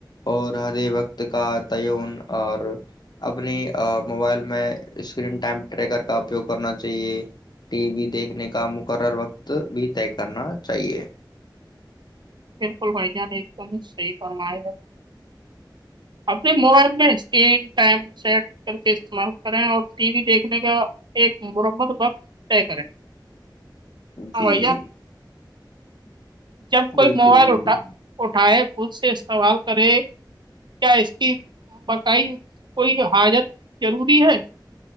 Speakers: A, on the left; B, on the right.
A: اور ہدے وقت کا تعون اور اپنی موبائل میں اسکرین ٹائم ٹریکر کا اپیوگ کرنا چاہیے ٹی وی دیکھنے کا مقرر وقت بھی طے کرنا چاہیے
B: بالکل بھائییاان نے ایک دم صحیح فرمایا ہے اپنے موبائل میں اسکرین ٹائم سیٹ کر کے استعمال کریں اور ٹی وی دیکھنے کا ایک مرمت وقت طے کریں
A: جی جی
B: ہاں بھائی جان جب کوئی
A: بالکل
B: موبائل اٹھا
A: بالکل
B: اٹھائے کل سے استوال کرے کیا اس کی بقع کوئی حاجت ضروری ہے